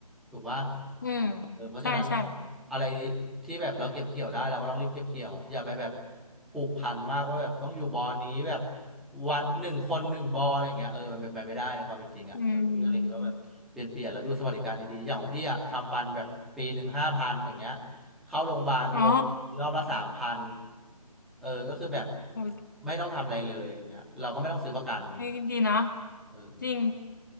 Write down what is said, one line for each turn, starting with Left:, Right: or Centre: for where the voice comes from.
Centre: ถูกว่า
Left: อืม
Centre: เออเพราะฉะนั้นเรา
Left: ใช่ใช่
Centre: อะไรที่แบบเราเก็บเกี่ยวได้เราก็ต้องรีบเก็บเกี่ยวอะอย่าไปแบบผูกพันมากว่าแบบต้องอยู่บอลนี้แบบวันหนึ่งคนหนึ่งบอลอะไรอย่างเงี้ยเออมันเป็นไปไม่ได้ในความเป็นจริงอ่ะเออพี่ก็เลยคิดว่าแบบเปลี่ยนเปลี่ยนแล้วดูสวัสดิการดีๆอย่างของพี่อ่ะทำฟันแบบปีหนึ่งห้าพันอย่างเงี้ย
Left: อืม
Centre: เข้าโรงพยาบาลมีโอ
Left: อ๋อ
Centre: รอบละสามพันเออก็คือแบบ
Left: โอ้ย
Centre: ไม่ต้องทำอะไรเลยอย่างเงี้ยเราก็ไม่ต้องซื้อประกัน
Left: เฮ้ยดีนะ
Centre: เออ
Left: จริง